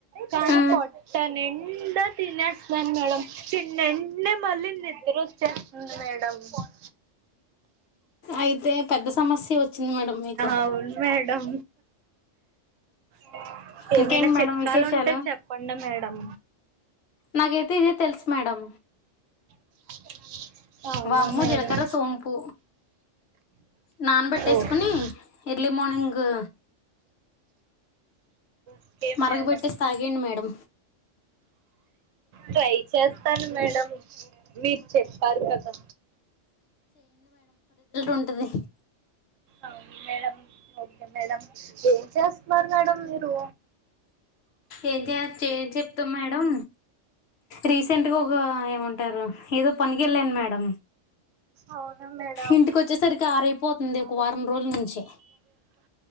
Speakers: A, on the right (about 80°); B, on the left (about 60°).
A: కానీ
B: ఆ
A: పొట్ట నిండా తినేస్తాను మేడం తిన్నన్నే మళ్ళీ నిద్రోచ్చేస్తుంది మేడం ఫోన్
B: అయితే పెద్ద సమస్య వచ్చింది మేడం మీకు
A: అవును మేడం హ ఏమైనా
B: ఇంకేంటి
A: చిట్కాలు
B: మేడం విశేషాలు
A: ఉంటే చెప్పండి మేడం
B: నాకైతే తెలుసు మేడం
A: <inaudible>
B: వామ్ము,
A: మేడం
B: జీలకర, సోంపు నానబట్టేసుకొని
A: okay
B: early morning
A: okay
B: మరగబెట్టేసి
A: madam
B: తాగేయండి మేడం
A: ట్రై చేస్తాను మేడం మీరు చెప్పారు కదా
B: ఉంటది
A: అవును మేడం ఓకే మేడం ఏం చేస్తున్నారు మేడం మీరు?
B: ఏంజె ఏది చెప్తాం మేడం. రీసెంట్గా ఒక ఏమంటారు ఏదో పనికి వెళ్ళాను మేడం?
A: అవును మేడం
B: ఇంటికి వచ్చేసరికి ఆరైపోతుంది
A: <inaudible>
B: ఒక వారం రోజుల నుంచి